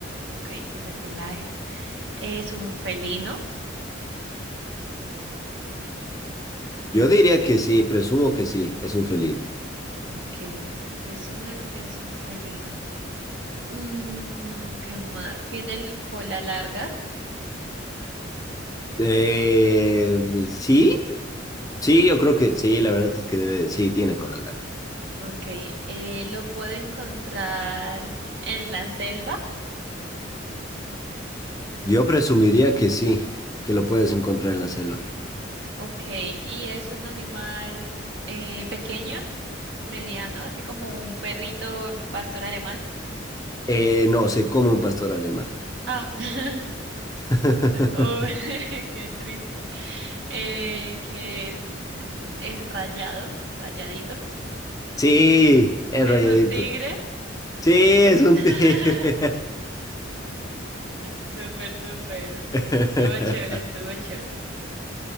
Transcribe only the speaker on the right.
Ok, tiene pelaje. ¿Es un felino?
Ok, presumes que es un felino. Mm, ¿qué más? ¿Tiene el cola larga?
Okay, eh, lo puedo encontrar en la selva.
Okay, y es un animal eh, pequeño, mediano, así como un perrito pastor alemán.
Ah, <laughs>
oh, <laughs> qué triste. Eh, que es, mm, es rayado, rayadito.
Es
un tigre.
<laughs>
Súper, súper.
Estuvo chévere, estuvo chévere.